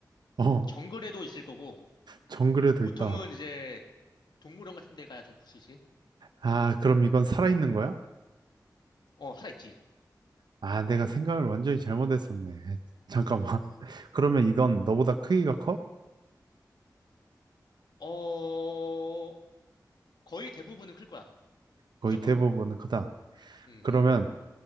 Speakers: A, on the right (about 85°); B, on the left (about 85°).
A: 어,
B: 정글에도 있을 거고,
A: 정글에도
B: 보통은
A: 있다.
B: 이제 동물원 같은 데 가야 좀 볼 수 있지.
A: 아, 그럼 이건 살아있는 거야?
B: 어, 하나 있지.
A: 아, 내가 생각을 완전히 잘못했었네. <laughs> 잠깐만. <laughs> 그러면 이건 너보다 크기가 커?
B: 어, 거의 대부분은 클 거야.
A: 거의
B: 무조건.
A: 대부분은 크다.
B: 음,
A: 그러면
B: 음.